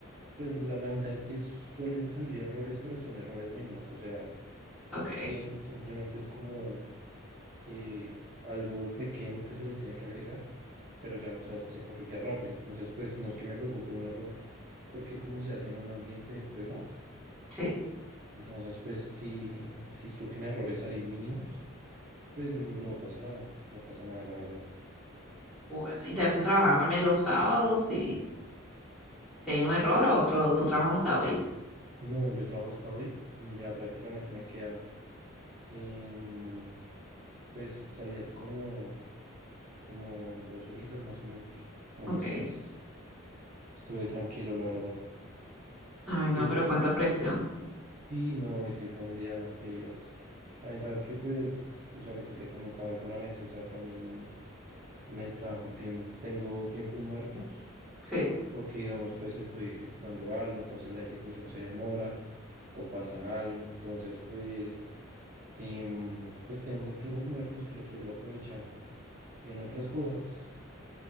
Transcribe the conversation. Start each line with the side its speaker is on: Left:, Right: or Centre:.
Right: pues la, la ventaja es que suelen salir errores, pero son errores mínimos. O sea,
Centre: ok,
Right: sí, simplemente es como eh, algo pequeño que se le tiene que agregar, pero ya, o sea, se corrige rápido. Entonces, pues, no es que me preocupe un error, porque como se hace en un ambiente de pruebas,
Centre: sí.
Right: entonces, pues, si, si surgen errores ahí mínimos, pues no pasa nada, no pasa nada, la verdad.
Centre: Bueno, y te hacen trabajar también los sábados y si hay un error o otro, tú trabajas hasta hoy.
Right: No, yo trabajo hasta hoy, mm, ya prácticamente me queda, em, pues salí hace como, como dos horitas más o menos, entonces
Centre: Ok.
Right: pues estuve tranquilo, la verdad.
Centre: Ay,
Right: Es que
Centre: no, pero cuánta presión.
Right: sí, no, y sí fue un día que Dios. La ventaja es que pues, o sea, lo que te comentaba alguna vez, o sea, también en, en el trabajo tiem- tengo tiempos muertos,
Centre: Sí.
Right: porque digamos pues estoy ejecutando algo, entonces la ejecución se demora o pasa algo, entonces pues... Em, pues tengo tiempos muertos que los suelo aprovechar en otras cosas.